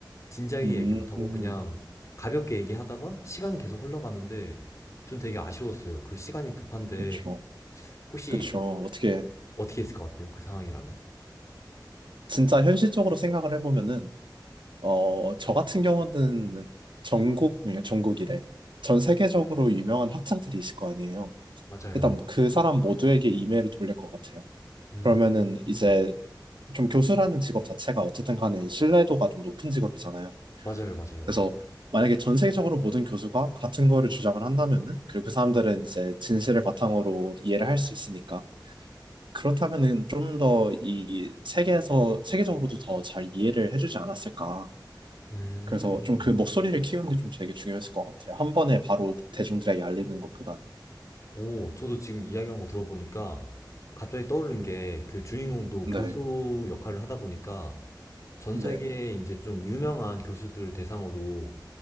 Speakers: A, on the left; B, on the right.
A: 진지하게
B: 음,
A: 얘기 못하고
B: 음,
A: 그냥 가볍게 얘기하다가 시간이 계속 흘러가는데 전 되게 아쉬웠어요. 그 시간이 급한데
B: 그쵸.
A: 혹시
B: 그쵸. 어떻게,
A: 어떻게 했을 것 같아요? 그 상황이라면?
B: 진짜 현실적으로 생각을 해보면은, 어, 저 같은 경우는 전국, 그러니까 전국이래. 전 세계적으로 유명한 학자들이 있을 거 아니에요.
A: 맞아요.
B: 일단 그 사람 모두에게 이메일을 돌릴 것 같아요.
A: 음,
B: 그러면은
A: 음.
B: 이제 좀 교수라는 직업 자체가 어쨌든 간에 이 신뢰도가 좀 높은 직업이잖아요.
A: 맞아요, 맞아요.
B: 그래서 만약에 전 세계적으로 모든 교수가 같은 거를 주장을 한다면은, 그리고 그 사람들은 이제 진실을 바탕으로 이해를 할 수 있으니까, 그렇다면은 좀 더 이 세계에서, 세계적으로도 더 잘 이해를 해주지 않았을까.
A: 음.
B: 그래서 좀 그 목소리를 키우는 게 좀 되게 중요했을 것 같아요. 한 번에 바로 대중들에게 알리는 것보다는.
A: 오, 저도 지금 이야기한 거 들어보니까 갑자기 떠오른 게 그 주인공도
B: 네,
A: 교수 역할을 하다 보니까 전
B: 네,
A: 세계에 이제 좀 유명한 교수들 대상으로